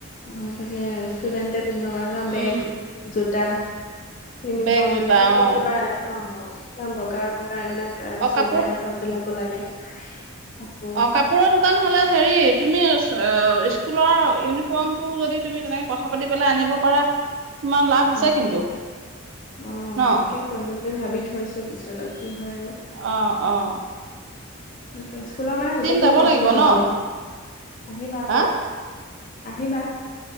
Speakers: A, on the left; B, on the right.
A: অঁ, তাকে ষ্টুডেণ্টে পিন্ধিব কাৰণে বেগ,
B: উম
A: জোতা- ইউনিফৰ্ম
B: বেগ জোতা
A: এনে
B: অ
A: কে কিবা- অঁ অঁ, বগা বগা এইবিলাক
B: অ
A: চুইদাৰ
B: কাপোৰ
A: টপ বিলাকো লাগে। কাপোৰ
B: অঁ' কাপ- কাপোৰৰ দোকান হ'লে হেৰি, তুমি এ স্কুলৰ ইউনিফৰ্মটো যদি তুমি তেনেকে কথা পাতি পেলাই আনিব পাৰা, তোমাৰ লাভ আছে
A: উম
B: কিন্তু ন'।
A: অ তেনেকেই কৰিম বুলি ভাবি থৈছো পিছলৈ, কি হয় আৰু!
B: অঁ, অঁ।
A: সেইটোৱে, স্কুলৰ মানে গোটেইখিনি
B: যাব
A: বস্তু
B: লাগিব
A: পাব,
B: ন
A: আহিবা আকৌ।
B: হা
A: আহিবা।